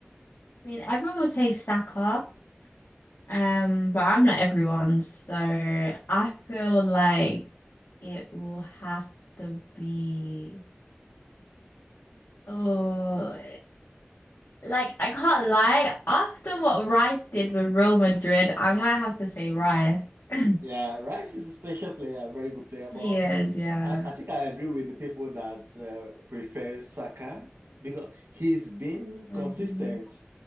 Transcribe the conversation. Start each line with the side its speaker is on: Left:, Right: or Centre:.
Left: I mean, everyone would say Saka, Um, but I'm not everyone, so I feel like it will have to be. Oh, like I can't lie. After what Rice did with Real Madrid, I might have to say Rice. <laughs>
Right: Yeah, Rice is a special player, a very good player, but
Left: He is,
Right: um,
Left: yeah.
Right: I, I think I agree with the people that uh, prefer Saka because he's been
Left: hmm
Right: consistent